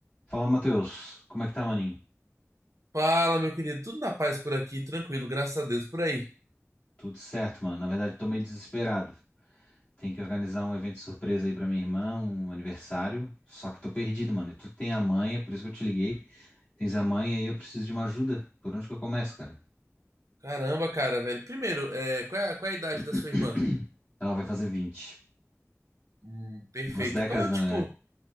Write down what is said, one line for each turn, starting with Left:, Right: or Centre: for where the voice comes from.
Left: Fala, Matheus. Como é que tá, maninho?
Right: Fala, meu querido. Tudo na paz por aqui, tranquilo, graças a Deus, por aí.
Left: Tudo certo, mano. Na verdade, tô meio desesperado. Tem que organizar um evento surpresa aí pra minha irmã, um aniversário. Só que tô perdido, mano. E tu tem a manha, por isso que eu te liguei. Tens a manha e eu preciso de uma ajuda. Por onde que eu começo, cara?
Right: Caramba, cara, velho. Primeiro, é, qual é, a qual é a idade
Left: <coughs>
Right: da sua irmã?
Left: <clears throat> Ela vai fazer vinte,
Right: Hum, perfeito.
Left: Duas décadas,
Right: Qual é o
Left: não
Right: tipo?
Left: é?